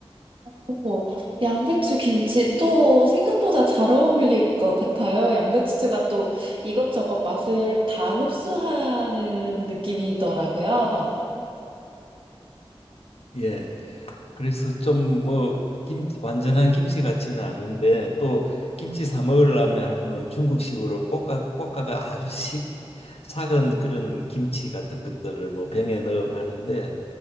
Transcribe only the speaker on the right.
오, 양배추 김치 또 생각보다 잘 어울릴 것 같아요. 양배추가 또 이것저것 맛을 다 흡수하는 느낌이더라고요.